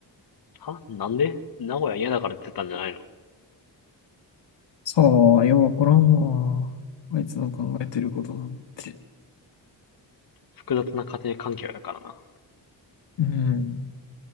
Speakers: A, on the left (about 45°); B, on the left (about 60°).
A: はなんで名古屋嫌だから出たんじゃないの
B: さあ、ようわからんわ。あいつの考えてることなんて。
A: 複雑な家庭環境やからな。
B: うん。